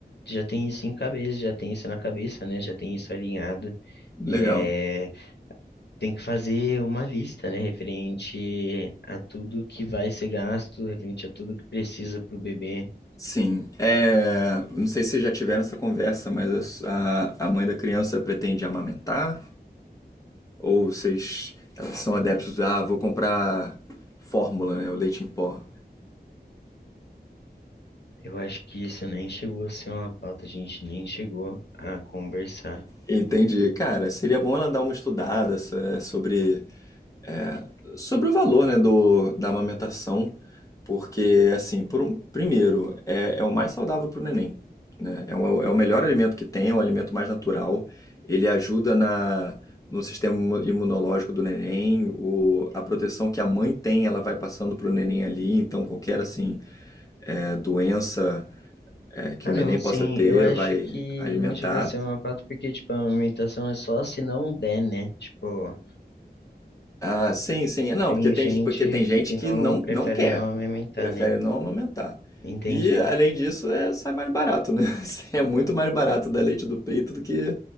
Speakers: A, on the left; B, on the left.
A: já tem isso em cabeça, já tem isso na cabeça, né? Já tem isso alinhado.
B: legal.
A: É, tem que fazer uma lista, né, referente a tudo que vai ser gasto, referente a tudo que precisa para o bebê.
B: Sim, é, não sei se vocês já tiveram essa conversa, mas a, a mãe da criança pretende amamentar? Ou vocês elas são adeptos, ah, vou comprar fórmula, né, o leite em pó.
A: Eu acho que isso nem chegou a ser uma pauta, a gente nem chegou a conversar.
B: Entendi. Cara, seria bom ela dar uma estudada so- sobre É, Sobre o valor, né, do, da amamentação, porque, assim, por um- primeiro, é, é o mais saudável para o neném, né? É, o é o melhor alimento que tem, é um alimento mais natural, ele ajuda na, no sistema imu- imunológico do neném, o, a proteção que a mãe tem, ela vai passando para o neném ali, então qualquer, assim, é, doença é, que
A: Ah,
B: o neném
A: não, sim,
B: possa ter
A: eu acho
B: vai
A: que
B: alimentar.
A: não chegou a ser uma pauta porque, tipo, a amamentação é só se não der, né? Tipo,
B: Ah, sim, sim. Não,
A: tem
B: porque tem,
A: gente
B: porque tem gente
A: que
B: que
A: não
B: não,
A: prefere
B: não quer,
A: não amamentar,
B: prefere
A: né?
B: não amamentar.
A: Entendi,
B: E, além disso, é, sai mais barato, né? <laughs> É muito mais barato dar leite do peito do que